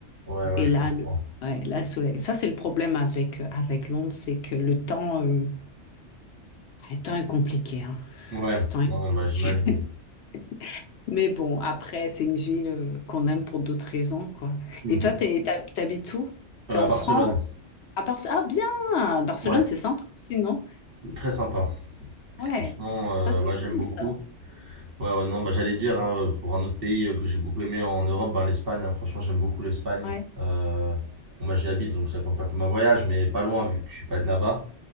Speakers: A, on the right (about 50°); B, on the left (about 70°).
A: Ouais, ouais,
B: Et
A: je
B: là,
A: comprends.
B: le, ouais, là, le soleil. Ça, c'est le problème avec, avec Londres, c'est que le temps, euh, le temps est compliqué, hein.
A: Ouais,
B: Le temps est
A: non,
B: compliqué.
A: bah, j'imagine.
B: <laughs> Mais bon, après, c'est une ville euh, qu'on aime pour d'autres raisons, quoi.
A: Mhm.
B: Et toi, t'es, t'hab- t'habites où?
A: Euh,
B: T'es en
A: à Barcelone.
B: France? À Bar- Ah, bien! Barcelone,
A: Ouais,
B: c'est sympa aussi, non?
A: très sympa.
B: Ouais.
A: Franchement, euh,
B: Ça, c'est
A: ouais, j'aime
B: cool,
A: beaucoup.
B: ça.
A: Ouais, ouais, non, bah, j'allais dire, hein, pour un autre pays euh, que j'ai beaucoup aimé en Europe, ben, l'Espagne, hein. franchement, j'aime beaucoup l'Espagne.
B: Ouais.
A: Euh, bon, bah, j'y habite, donc ça compte pas comme un voyage, mais pas loin, vu que je suis pas de là-bas.